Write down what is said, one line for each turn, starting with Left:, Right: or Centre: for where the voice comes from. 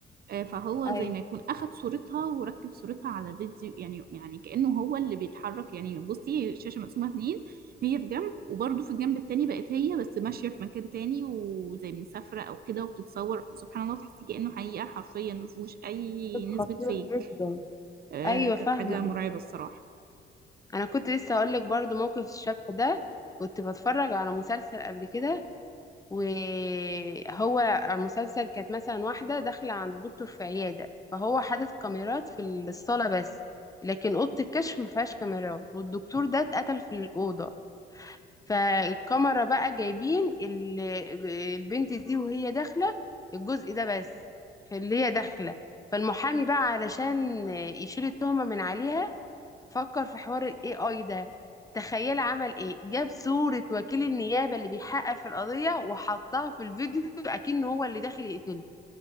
Right: آه، فهو
Left: اي
Right: زي ما يكون اخد صورتها وركب صورتها على فيديو يعني يعني كانه هو اللي بيتحرك يعني بصي الشاشه مقسومه اتنين هي في جنب وبرده في الجنب التاني بقت هي بس ماشيه في مكان تاني وزي مسافره او كده وبتتصور سبحان الله تحسي كانه حقيقه حرفيا ما فيهوش اي
Left: عيب خطير
Right: نسبه فيك
Left: جدا
Right: آه،
Left: ايوه
Right: كانت
Left: فاهمه
Right: حاجه مرعبه الصراحه
Left: انا كنت لسه هقول لك برضو موقف الشبه ده كنت بتفرج على مسلسل قبل كده وهو المسلسل كانت مثلا واحدة داخلة عند الدكتور في عيادة فهو حاطط كاميرات في الصالة بس لكن أوضة الكشف ما فيهاش كاميرات والدكتور ده اتقتل في الأوضة فالكاميرا بقى جايبين ال- البنت دي وهي داخلة الجزء ده بس في اللي هي داخلة فالمحامي بقى علشان يشيل التهمة من عليها فكر في حوار ال AI ده تخيل عمل ايه جاب صورة وكيل النيابة اللي بيحقق في القضية وحطها في الفيديو اكن هو اللي داخل يقتله